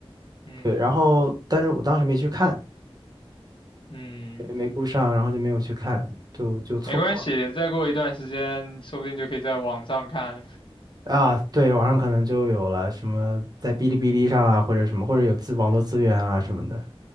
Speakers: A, on the left (about 55°); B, on the right (about 40°).
A: 嗯
B: 对，然后但是我当时没去看，
A: 嗯，
B: 对没顾上，然后就没有去看，就就错过了
A: 没关系，再过一段时间，说不定就可以在网上看。
B: 啊。对，网上可能就有了什么在哔哩哔哩上啊，或者什么，或者有资网络资源啊什么的